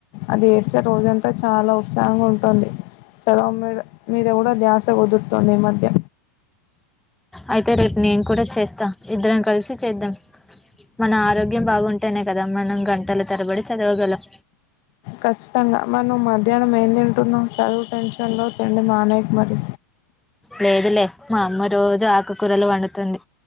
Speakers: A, on the left (about 50°); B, in the centre.
A: అది ఎడ్ రోజంతా చాలా ఉత్సాహంగా ఉంటుంది చదువు మీద మీద కూడా ధ్యాస కుదురుతుంది ఈ మధ్య
B: అయితే రేపు నేను కూడా చేస్తా ఇద్దరం కలిసి చేద్దాం మన ఆరోగ్యం బాగుంటేనే కదా మనం గంటల తరబడి చదవగలం.
A: ఖచ్చితంగా మరి నువ్వు మధ్యాహ్నం ఏం తింటున్నావు చదువు టెన్షన్లో తిండి మానేయకు మరి.
B: లేదులే మా అమ్మ రోజు ఆకు కూరలు వండు వండుతుంది